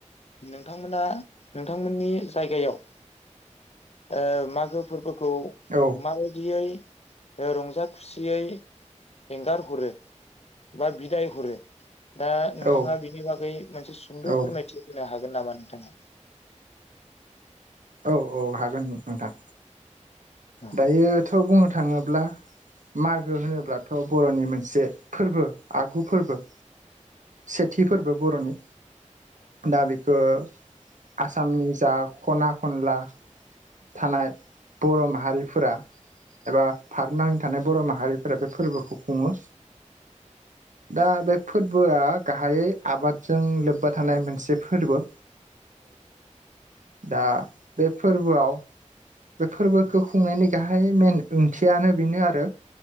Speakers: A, on the left; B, on the right.
A: नोंथांमोना नोंथांमोननि जायगायावज्ञ ओ मागो फोरबोखौ
B: औ
A: मारै बिदियै रंजा ओ खुसियै एंगारहरो बा बिदाय हरो दा नोंथाङा
B: औ
A: बिनि बागै मोनसे सुंद'
B: औ
A: फोरमायथि होनो हागोन नामा नोंथाङा?
B: औ औ हागोन नोंथां।
A: औ
B: दायोथ' बुंनो थाङोब्ला मागो होनोब्लाथ' बर'नि मोनसे फोरबो आगु फोरबो सेथि फोरबो बर'नि। दा बेखो आसामनि जा खना खनला थानाय बर' माहारिफोरा एबा भार नाङै थानाय बर' माहारिफोरा बे फोरबोखौ खुङो। दा बे फोरबोआ गाहायै आबादजों लोब्बा थानाय मोनसे फोरबो। दा बे फोरबोआव बे फोरबोखौ खुंनायनि गाहाय मेइेन ओंथियानो बेनो आरो